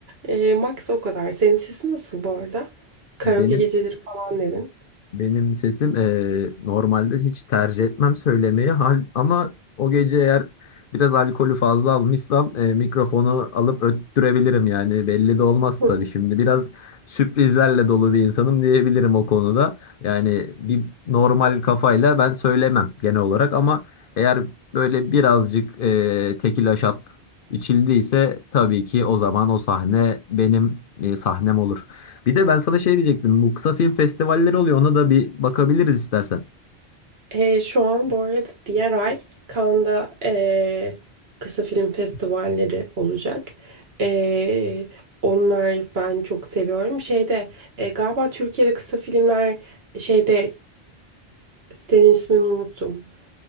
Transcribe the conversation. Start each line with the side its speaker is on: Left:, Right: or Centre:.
Right: Ee, max o kadar. Senin sesi nasıl bu arada? Karaoke
Left: Benim
Right: geceleri falan dedin.
Left: Benim sesim eee, normalde hiç tercih etmem söylemeyi hal ama o gece eğer biraz alkolü fazla almışsam eee, mikrofonu alıp öttürebilirim yani belli de olmaz
Right: Hı.
Left: tabii şimdi biraz sürprizlerle dolu bir insanım diyebilirim o konuda. Yani bir normal kafayla ben söylemem genel olarak ama eğer böyle birazcık eee tekila şat içildiyse tabii ki o zaman o sahne benim eee, sahnem olur. Bir de ben sana şey diyecektim. Bu kısa film festivalleri oluyor. Ona da bir bakabiliriz istersen.
Right: Ee, şu an bu arada diğer ay Cannes'da ee, kısa film festivalleri olacak. Ee, onlar ben çok seviyorum. Şeyde e, galiba Türkiye'de kısa filmler şeyde sitenin ismini unuttum.